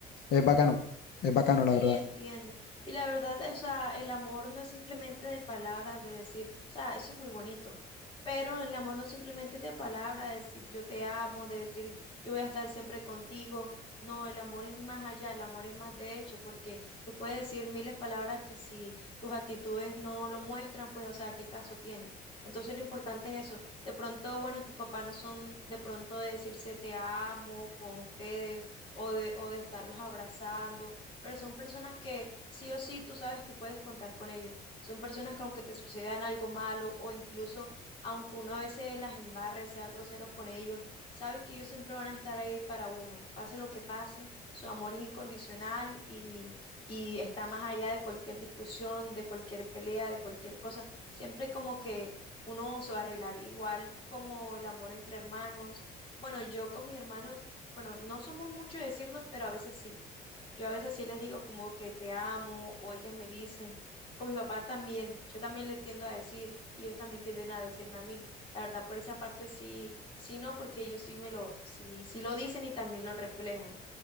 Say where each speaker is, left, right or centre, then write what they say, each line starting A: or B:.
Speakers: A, on the left; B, on the left.
A: es bacano, es bacano
B: Sí,
A: la verdad.
B: entiendo. Y la verdad, o sea, el amor no es simplemente de palabras, de decir, o sea, eso es muy bonito, pero el amor no simplemente es de palabras, de decir yo te amo, de decir yo voy a estar siempre contigo. No, el amor es más allá, el amor es más de hecho, porque tú puedes decir miles de palabras que si tus actitudes no lo muestran, pues, o sea, ¿qué caso tiene? Entonces lo importante es eso. De pronto, bueno, tus papás no son de pronto de decirse te amo con ustedes o de, o de estarlos abrazando pero son personas que sí o sí tú sabes que puedes contar con ellos. Son personas que aunque te sucedan algo malo o incluso aunque uno a veces las embarre, sea groseros con ellos, sabes que ellos siempre van a estar ahí para uno. Pase lo que pase, su amor es incondicional y, y está más allá de cualquier discusión, de cualquier pelea, de cualquier cosa. Siempre como que uno se va a arreglar, igual como el amor entre hermanos. Bueno, yo con mis hermanos, bueno, no somos mucho de decirnos, pero a veces sí. Yo a veces sí les digo como que te amo o ellas me dicen, con mi papá también, yo también les tiendo a decir y ellos también tienden a decirme a mí. La verdad, por esa parte sí, sí no, porque ellos sí me lo, sí, sí lo dicen y también lo reflejan.